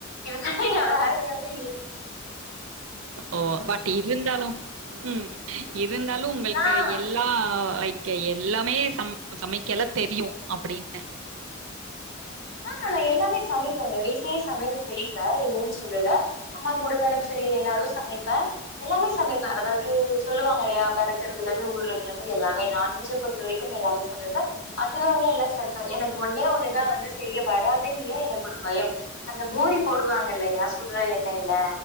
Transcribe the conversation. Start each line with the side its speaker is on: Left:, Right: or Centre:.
Left: இதுத வேலையாவே இரு
Right: ஓ பாட் இருந்தாலு ம் இர் இருந்தாலு உங்களுக்கு
Left: நான்
Right: எல்லா ஓகே எல்லாமே சம் சமைக்கலா தெரியு அப்படின்னு
Left: ஆ நா எல்லாமே சமைப்பேங்க வீட்லயே சமையல் செய்வே இல்லைன் சொல்லுல அம்மாக்கு ஒடம்பு சரியில்லைனாலு சமைப்ப எல்லாமே சமைப்ப அதாவது சொல்லுவாங்க இல்லையா பறக்கறதுல இருந்து ஊர்றதுல இருந்து எல்லாமே நான்வெஜ்ஜ பொறுத்த வரைக்கும் எல்லாமே சமைப்பே அசைவ உணவுல எல்லா சமைப்ப எனக்கு ஒன்னே ஒண்ணுதா வந்து செய்ய வராதுன்னுல்ல எனக்கு ஒரு பயம் அந்த பூரி போடுவாங்க இல்லையா சுடற எண்ணைல